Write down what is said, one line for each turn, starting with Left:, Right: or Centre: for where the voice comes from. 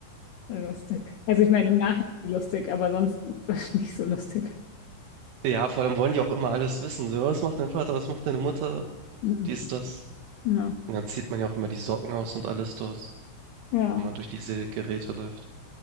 Left: lustig. Also ich meine, im Nachhinein lustig, aber sonst <laughs> nicht so lustig.
Right: Ja, vor allem wollen die auch immer alles wissen. So, was macht dein Vater, was macht deine Mutter?
Left: Mhm.
Right: Dies, das.
Left: Ja.
Right: Und dann zieht man ja auch immer die Socken aus und alles dort,
Left: Ja.
Right: wenn man durch diese Geräte läuft.